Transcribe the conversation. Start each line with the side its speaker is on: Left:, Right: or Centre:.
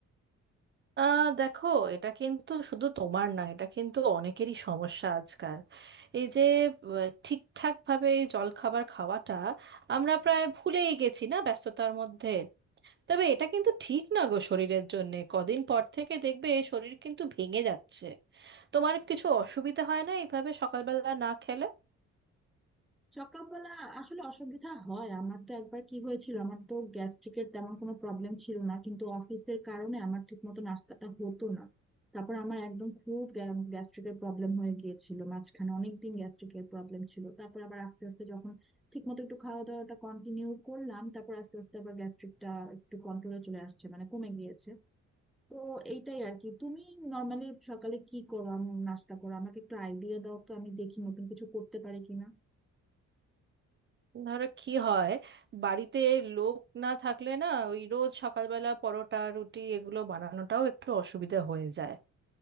Right: আহ দেখো এটা কিন্তু শুধু তোমার না এটা কিন্তু অনেকেরই সমস্যা আজকাল এই যে আহ, ঠিকঠাক ভাবে এই জলখাবার খাওয়াটা আমরা প্রায় ভুলেই গেছি না ব্যস্ততার মধ্যে তবে এটা কিন্তু ঠিক না গো শরীরের জন্যে কদিন পর থেকে দেখবে শরীর কিন্তু ভেঙে যাচ্ছে তোমার কিছু অসুবিধা হয় না এইভাবে সকালবেলা না খেলে
Centre: সকালবেলা আসলে অসুবিধা হয় আমার তো একবার কি হয়েছিল আমার তো গ্যাস্ট্রিকের তেমন কোনো প্রবলেম ছিল না কিন্তু অফিসের কারণে আমার ঠিক মতো নাস্তাটা হতো না তারপর আমার একদম খুব গ্যাস্ট্রিকের প্রবলেম হয়ে গিয়েছিল মাঝখানে অনেকদিন গ্যাস্ট্রিকের প্রবলেম ছিল তারপর আবার আস্তে আস্তে যখন ঠিক মতো একটু খাওয়া দাওয়াটা কন্টিনিউ করলাম তারপর আস্তে আস্তে আবার গ্যাস্ট্রিকটা একটু কন্ট্রোলে চলে আসছে মানে কমে গিয়েছে তো এইটাই আর কি তুমি নর্মালি সকালে কি করো আম- নাস্তা করো আমাকে একটু আইডিয়া দাও তো আমি দেখি নতুন কিছু করতে পারি কিনা
Right: ধরো কি হয় বাড়িতে লোক না থাকলে না ওই রোজ সকালবেলা পরোটা রুটি এগুলো বানানোটাও একটু অসুবিধা হয়ে যায়